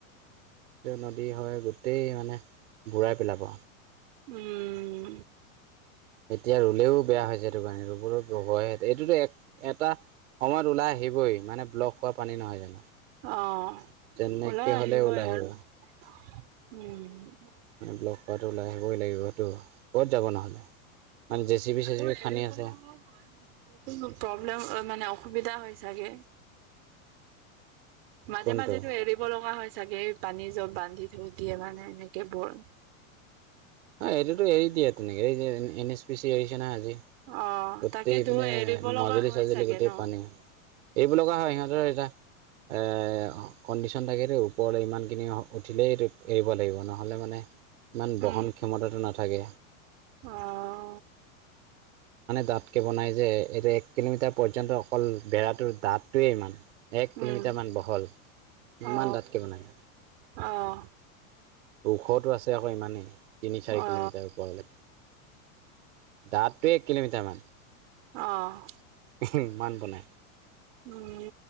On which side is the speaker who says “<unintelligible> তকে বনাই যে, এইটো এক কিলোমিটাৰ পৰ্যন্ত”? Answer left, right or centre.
Right